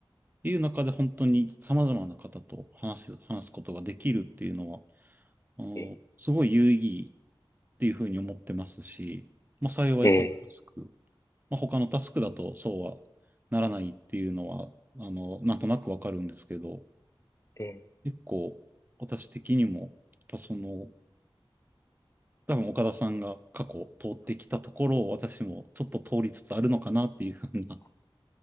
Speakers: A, on the right; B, on the left.
A: ていう中で本当に様々な方と話す、話すことができるっていうのは、あのすごい有意義
B: え
A: っていうふうに思ってますし、まあ、幸いこのタスク、
B: え、
A: まあ、他のタスクだとそうはならないっていうのは、あの、なんとなくわかるんですけど、
B: え
A: 結構私的にも、やっぱその、多分岡田さんが過去通ってきたところを私もちょっと通りつつあるのかなっていうふうな、